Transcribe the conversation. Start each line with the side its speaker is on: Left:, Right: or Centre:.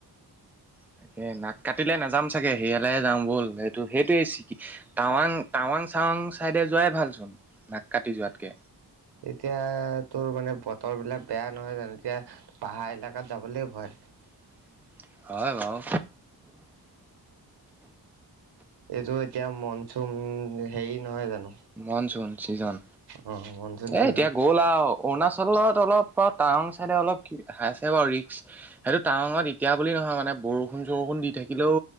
Centre: তাকে নাক কাটিলে নাযাম চাগে সেয়ালেহে যাওঁ বল সেইটো সেইটোৱে চিকি টাৱাং টাৱাং মাং চাং চাইডে যোৱাই ভালচোন নাক কাটি যোৱাতকে
Right: এতিয়া তোৰ মানে বতৰ বিলাক বেয়া নহয় জানো এতিয়া পাহাৰ এলেকাত যাবলৈ ভয়
Centre: <inaudible> বাৰু।
Right: এইটো এতিয়া মনচুম হেৰি নহয় জানো
Centre: মনচুন চিজন
Right: অ মনচুন
Centre: এ
Right: চিজন
Centre: এতিয়া গ'ল আৰু অৰুণাচলত অলপ টাৱাং চাইডে অলপ কি সাইচ বাৰু ৰিক্স সেইটো টাৱঙত এতিয়া বুলি নহয় মানে বৰষুণ চৰষুণ দি থাকিলেও